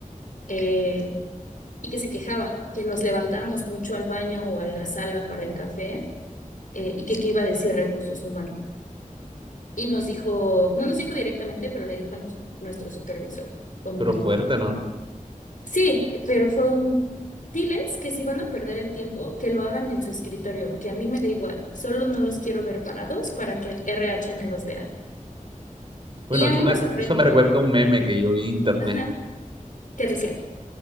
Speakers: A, on the left (about 70°); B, on the right (about 40°).
A: Eh, y que se quejaba, que nos levantábamos mucho al baño o a la sala para el café, eh, y que qué iba a decir recursos humanos. Y nos dijo, no nos dijo directamente, pero le dijo a nos- nuestro supervisor, como,
B: Pero fuerte, ¿no?
A: sí, pero fue un, diles que si van a perder el tiempo, que lo hagan en su escritorio, que a mí me da igual, solo no los quiero ver parados para que el RH no los vea.
B: Bueno,
A: Y a
B: eso
A: mí
B: me,
A: me sorprendió,
B: eso me recuerda a un meme que yo vi en internet,
A: ajá, que decía,